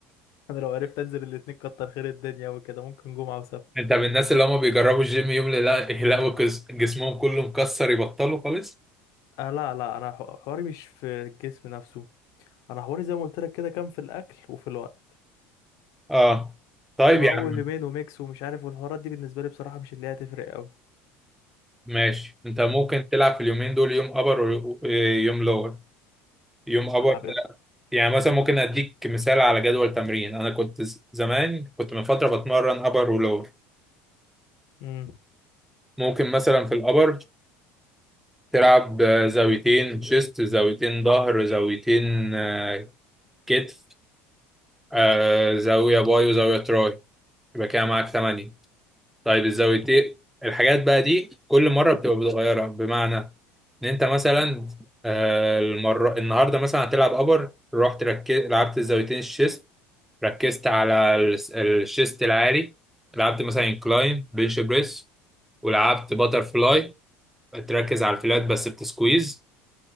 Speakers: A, on the left; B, in the centre.
A: انا لو عرفت انزل الاتنين كتر خير الدنيا وكده ممكن جمعه وسبت
B: انت من الناس اللي هم بيجربوا الجيم يوم لا يلاقوا كس- جسمهم كله مكسر يبطلوا خالص
A: آه لا لا انا حواري مش في الجسم نفسه انا حواري زي ما قلت لك كده كان في الاكل وفي الوقت
B: اه طيب
A: اللي هو
B: يا
A: اول
B: عم
A: يومين وميكس ومش عارف والحوارات دي بالنسبه لي بصراحه مش اللي هي هتفرق قوي
B: ماشي انت ممكن تلعب في اليومين دول يوم ابر ويوم لور يوم ابر
A: هلعب ايه بقى؟
B: يعني مثلا ممكن اديك مثال على جدول تمرين انا كنت ز- زمان كنت من فترة بتمرن ابر ولور
A: امم
B: ممكن مثلا في الابر تلعب آه، زاويتين شيست زاويتين ظهر زاويتين آه، كتف آه زاوية باي وزاوية تراي يبقى كده معاك تمانية طيب الزاويتين الحاجات بقى دي كل مرة بتبقى متغيرة بمعنى إن أنت مثلا آه المرة النهاردة مثلا هتلعب أبر رحت ركز... لعبت الزاويتين الشيست ركزت على الس- الشيست العالي لعبت مثلا انكلاين بنش بريس ولعبت باتر فلاي تركز على الفلات بس بتسكويز